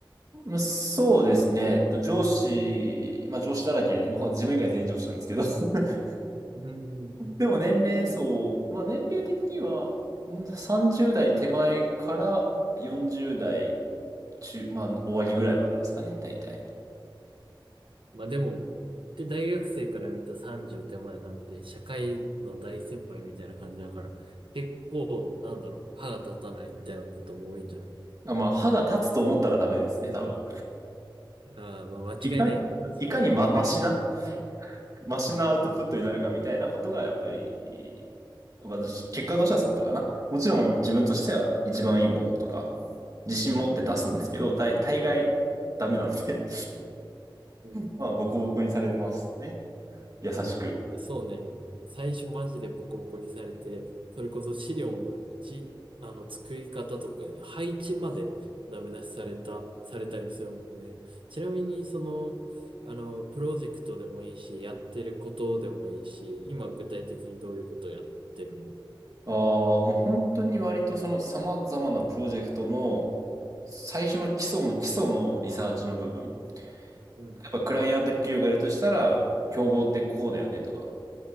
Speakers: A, on the right (about 40°); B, on the right (about 75°).
A: まあ、そうですね。えっと上司、まあ上司だらけで、まあ自分以外全員上司なんですけど。<laughs>
B: うーん。
A: でも年齢層、まあ年齢的には、ん30代手前から40代中、まあ終わりぐらいまでですかね、大体。
B: まあでも、言って大学生から見た30手前なんて社会の大先輩みたいな感じだから、結構、なんだろう、歯が立たないみたいなことも多いんじゃない
A: あまあ歯が立つと思ったらダメですね、多分。
B: ああー、まあ間違いないね。
A: いかに、
B: それは。
A: いかにま、
B: うん。
A: マシなマシなアウトプットになるかみたいなことが、
B: うん。
A: やっぱり、私、結果としてはそうだったかな。もちろん自分としては一番いいものとか、自信持って出すんですけど、大大概ダメなので
B: うん
A: <laughs> まあ、ボコボコにされてますね。優しく。
B: そうね。最初マジでボコボコにされて、それこそ資料の位あの、作り方とか、配置までダメ出しされた、されたりするもんね。ちなみに、その、あの、プロジェクトでもいいし、やってることでもいいし、今具体的にどういうことをやってるの
A: ああ、もう本当に割とその様々なプロジェクトの最初の基礎の基礎のリサーチの部分。や
B: うん
A: っぱクライアント企業がやるとしたら、競合ってこうだよねとか、